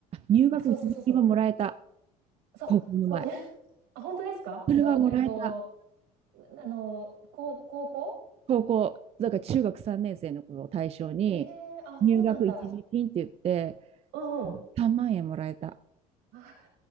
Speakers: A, on the right (about 35°); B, on the right (about 70°).
A: 入学一時金はもらえた、
B: あ、そうそうそうそう。そう、
A: 高校の前。
B: そうね。あ、本当ですかどこ、
A: それはもらえた。
B: えっと、あの、高高校
A: 高校、だから中学3年生の頃を対象に、
B: ええーあ、
A: 入学一時金って言って、
B: そうなんだ。うんうん。
A: 3万円もらえた。
B: あ、